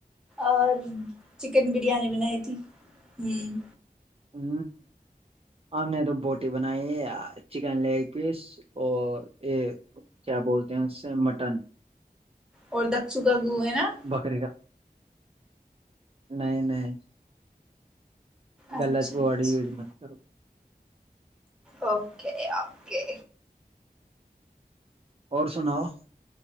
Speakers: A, in the centre; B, on the right (about 40°).
A: اور چکن بریانی بنائی تھی ہوں
B: ہ ہمپ نے تو بوٹی بنائی ہے چکن لیگ پیس اور یہ کیا بولتے ہیں اس سے مٹن
A: اور دکھ چکا <unintelligible> گ ہے نا <unintelligible>
B: بکرے کا نہیں نہیں
A: اچھا
B: غلط وورڈ
A: اچھا
B: یوز م کرو
A: اوکے اوکے
B: اور سناؤ